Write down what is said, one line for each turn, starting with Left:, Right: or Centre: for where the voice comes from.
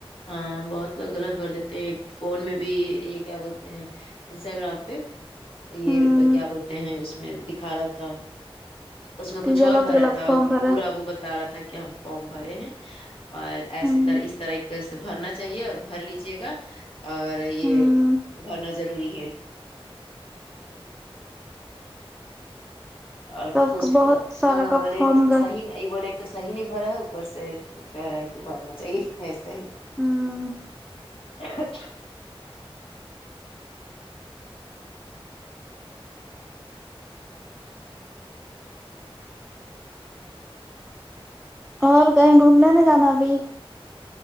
Left: ہاں بہت لوگ غلط بھر دیتے ہیں فون میں بھی یہ کیا بولتے ہیں انسٹاگرام پہ یہ
Centre: ہوں
Left: کیا بولتے ہیں اس میں دکھا رہا تھا اس میں
Centre: کہ
Left: کچھ
Centre: غلط
Left: اور بھرا
Centre: غلط
Left: تھا
Centre: فارم بھرا
Left: پورا وہ بت رہا تھا کہ ہم فارم بھرے ہیں اور ایسی
Centre: ہوں
Left: طرح اس طرح کی کیسے بھرنا چاہیے اور بھر لیجے گا اور یہ
Centre: ہوں
Left: بھرنا ضروری ہے اور
Centre: سب
Left: خوش
Centre: کو
Left: پورا
Centre: بہت سارا
Left: ہمیں
Centre: کا
Left: بولے
Centre: فارم گ
Left: صحیح یہی بولے ایک تو صحیح نہیں بھرا ہے اوپر سے کہہ رہا ہے کہ بھرنا چاہیے ہے صحیح
Centre: ہوں
Left: اچھا
Centre: اور کہیں گھومنے نہ جانا ابھی